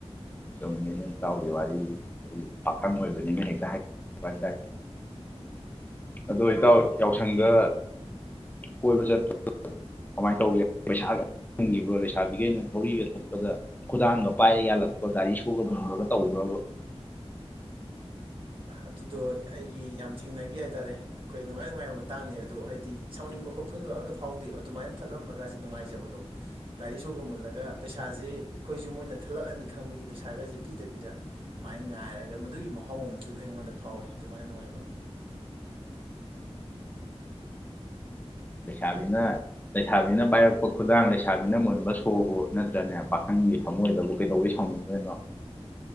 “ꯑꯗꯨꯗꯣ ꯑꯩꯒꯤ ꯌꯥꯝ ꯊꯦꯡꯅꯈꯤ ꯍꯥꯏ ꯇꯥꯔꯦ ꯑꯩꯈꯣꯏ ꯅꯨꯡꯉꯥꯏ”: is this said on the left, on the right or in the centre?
Right